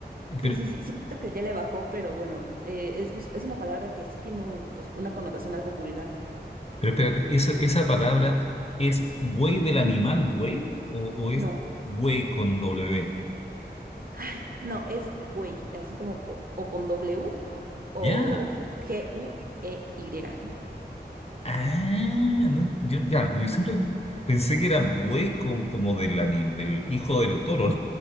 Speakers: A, on the right; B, on the left.
A: sí,
B: Pero,
A: sí, sí, siento que ya le bajó, pero bueno, eh, es, bus- es una palabra que sí tiene un- pues, una connotación algo vulgar.
B: pero espérate, ¿esa, esa palabra es buey del animal buey o, o es
A: No,
B: buey con W?
A: ay, no, es güey, así como co- o con W o
B: Ya.
A: G-U-E-Y.
B: Ah, no, yo, ya, yo siempre pensé que era buey como, como del, anim- del hijo del toro.